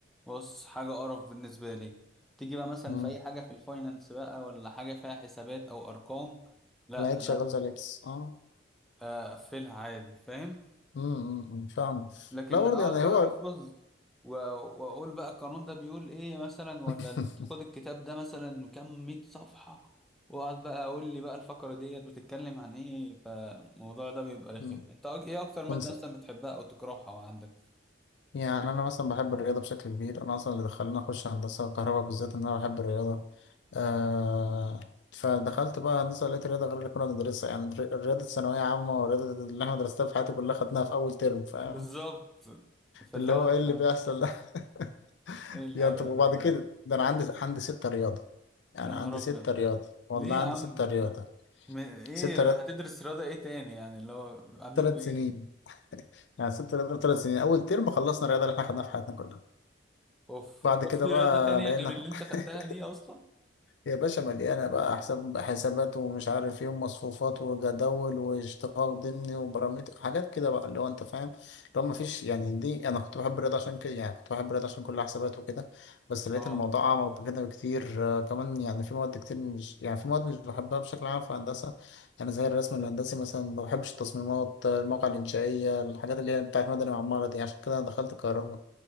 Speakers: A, in the centre; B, on the left.
A: بص حاجه قرف بالنسبه لي تيجي بقى مثلا
B: مم.
A: في اي حاجه في الفاينانس بقى ولا حاجه فيها حسابات او ارقام لا
B: لا اكس شغال زي الاكس اه
A: اقفلها عادي فاهم
B: امم فاهم
A: لكن
B: لا برضه
A: اقعد
B: يعني
A: بقى
B: هو
A: احفظ و- واقول بقى القانون ده بيقول ايه مثلا ولا
B: <laughs>
A: ال- خد الكتاب ده مثلا كام مية صفحة واقعد بقى اقول لي بقى الفقرة ديت بتتكلم عن ايه فالموضوع ده بيبقى رخم
B: مم.
A: انت أك- ايه اكتر مادة
B: بص،
A: مثلا بتحبها او تكرهها وعندك
B: يعني انا مثلا بحب الرياضه بشكل كبير انا اصلا اللي دخلني اخش هندسه وكهرباء بالذات ان انا بحب الرياضه آه فدخلت بقى هندسه لقيت الرياضه غير اللي كنا بندرسها يعني الر- الرياضه الثانويه عامه والرياضه اللي احنا درستها في حياتي كلها خدناها في اول ترم فاهم
A: بالظبط فاللي
B: اللي
A: هو
B: هو
A: انت
B: ايه اللي بيحصل ده <laughs>
A: ايه الهبل
B: يعني طب وبعد
A: ده فعلا
B: كده ده انا عندي عندي ستة رياضه يعني
A: يا نهار
B: عندي
A: ابيض
B: ستة رياضه والله
A: ليه يا
B: عندي
A: عم
B: ستة
A: إنت-
B: رياضه
A: م- ايه
B: ستة رياضه
A: هتدرس رياضة ايه تاني يعني اللي هو عندكم
B: ثلاث
A: إيه؟
B: سنين يعني سبت رياضة ثلاث سنين أول ترم خلصنا الرياضة اللي احنا خدناها في حياتنا كلها
A: اوف
B: بعد
A: هو
B: كده
A: في
B: بقى
A: رياضة تانية
B: لقينا
A: غير اللي انت خدتها
B: <laughs>
A: دي اصلا
B: يا باشا مليانة بقى حساب حسابات ومش عارف ايه ومصفوفات وجداول واشتقاق ضمني وبرامتر حاجات كده بقى اللي هو انت فاهم اللي هو مفيش يعني دي انا كنت بحب الرياضة عشان كده يعني كنت بحب الرياضة عشان كل حسابات وكده بس لقيت
A: اه
B: الموضوع أعمق بكده بكتير آه، كمان يعني في مواد كتير مش يعني في مواد مش بحبها بشكل عام في هندسة يعني زي الرسم الهندسي مثلا ما بحبش التصميمات آه، المواقع الإنشائية الحاجات اللي هي بتاعت مدني وعمارة دي عشان كده أنا دخلت كهرباء